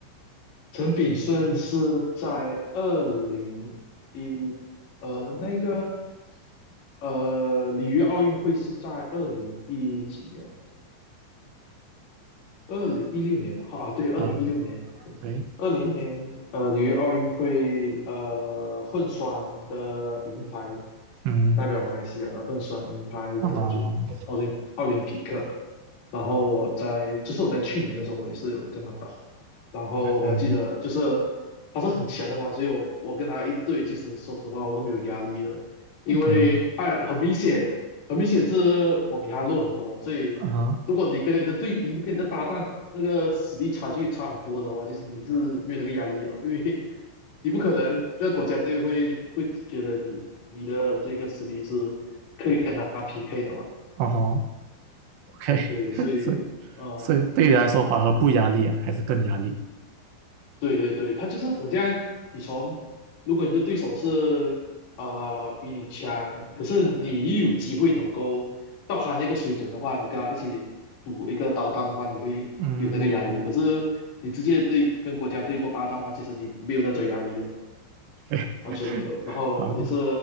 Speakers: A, on the left (about 40°); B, on the right (about 75°).
A: 陈炳顺是在二零一，
B: OK
A: 呃，那个，呃，里约奥运会是在二零一几年，二零一六年，啊，对，二零一六年，
B: 啊，OK，
A: 二零一六年，呃，里约奥运会，呃，混双的银牌，
B: 嗯，
A: 代表马来西亚的混双银牌得主奥林奥林匹克。
B: 啊，
A: 然后我在就是我在去年的时候，我也是有跟他打，然后我还记得就是
B: 嗯
A: 他是很强的嘛，所以我我跟他一对，其实说实话我是没有压力的，因为他很明显很明显是我比他弱很多，
B: ，OK，
A: 所以如果你跟你的队，
B: 啊哈，
A: 你跟你的搭档那个实力差距差很多的话，其实你是没有那个压力啊，因为你不可能在国家队会会觉得你你的这个实力是可以跟他匹配的嘛？
B: 啊吼，OK，
A: 对，
B: <laughs>
A: 所以我呃，
B: 所以所以对你来说，反而不压力啊，还是更压力
A: 对对对，他就是好像你从，如果你的对手是啊、呃比你强，可是你又有机会能够到他那个水准的话，你跟他一起赌一个搭档的话，你会有那个压力。
B: 嗯，
A: 可是你直接对跟国家队做搭档的话，其实你没有那种压力了。
B: ？OK，<laughs>
A: 完全没有。然后也是
B: 好的，